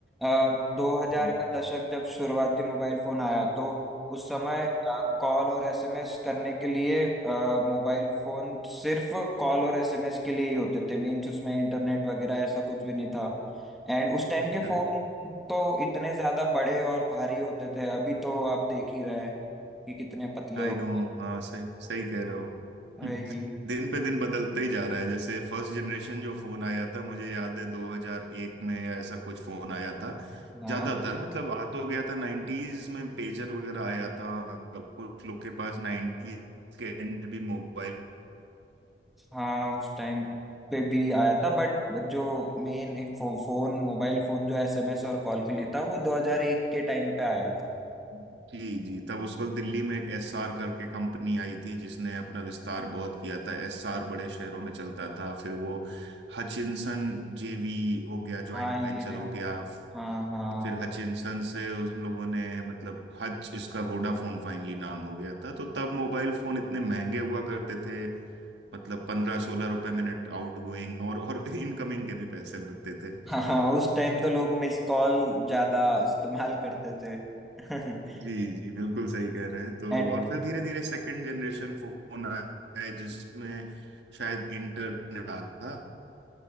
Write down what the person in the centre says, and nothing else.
आ, 2000
का दशक जब शुरुआती मोबाइल फोन आया तो उस समय कॉल और एसएमएस करने के लिए आ, मोबाइल फोन सिर्फ कॉल और एसएमएस के लिए ही होते थे मीन्स उसमें इंटरनेट वगैरह ऐसा कुछ भी नहीं था एंड उस टाइम के
फोन तो इतने ज्यादा बड़े और भारी होते थे अभी तो आप देख ही रहे हैं कि कितने पतले
हो
गए।
<laughs> वही
हाँ
हाँ उस टाइम पे भी आया था बट जो मेन एक फो, फोन मोबाइल फोन जो एसएमएस और कॉल के लिए था वो 2001 के टाइम पे आया था
हाँ ये
हाँ हाँ
हाँ हाँ उस टाइम तो लोग मिस कॉल ज्यादा इस्तेमाल करते थे <laughs>
एंड